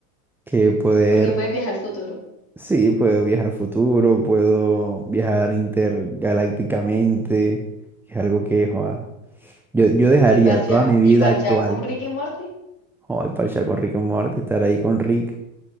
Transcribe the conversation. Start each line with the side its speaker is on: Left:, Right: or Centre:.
Centre: Que poder
Left: porque puedes viajar al futuro.
Centre: Sí, puedo viajar al futuro, puedo viajar intergalácticamente, que es algo que joa, yo, yo dejaría
Left: Y parchar,
Centre: toda mi vida
Left: y parchar
Centre: actual.
Left: con Rick y Morty,
Centre: Joder, parchar con Rick y Morty, estar ahí con Rick.